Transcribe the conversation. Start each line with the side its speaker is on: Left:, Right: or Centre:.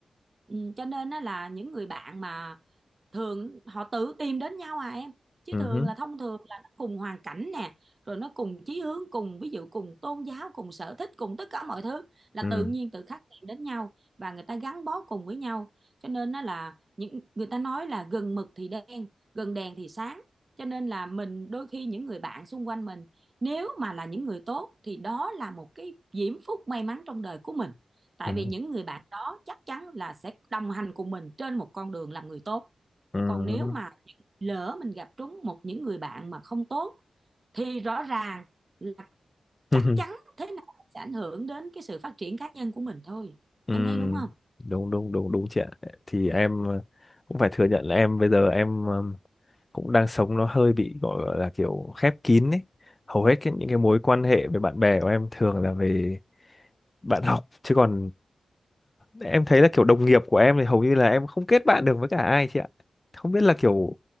Right: ừ, cho nên á là những người bạn mà thường họ tự tìm đến nhau à em chứ
Left: Ừ.
Right: thường là thông thường là nó cùng hoàn cảnh nè rồi nó cùng chí hướng cùng ví dụ cùng tôn giáo cùng sở thích cùng tất cả mọi thứ là
Left: Ừ.
Right: tự nhiên tự khắc tìm đến nhau và người ta gắn bó cùng với nhau cho nên nó là những người ta nói là gần mực thì đen gần đèn thì sáng cho nên là mình đôi khi những người bạn xung quanh mình nếu mà là những người tốt thì đó là một cái diễm phúc may mắn trong đời của mình tại
Left: Ừ.
Right: vì những người bạn đó chắc chắn là sẽ đồng hành cùng mình trên một con đường làm người tốt
Left: Ừ.
Right: còn nếu mà lỡ mình gặp trúng một những người bạn mà không tốt thì rõ ràng là chắc
Left: Ừ. <laughs>
Right: chắn thế nào sẽ ảnh hưởng đến cái sự phát triển cá nhân của mình thôi
Left: Ừ,
Right: em thấy đúng không
Left: đúng đúng đúng đúng chị ạ thì em ờ, cũng phải thừa nhận là em bây giờ em ờ, cũng đang sống nó hơi bị gọi là kiểu khép kín ấy hầu hết cái, những cái mối quan hệ với bạn bè của em thường là về bạn <laughs> học chứ còn em thấy là kiểu đồng nghiệp của em thì hầu như là em không kết bạn được với cả ai chị ạ không biết là kiểu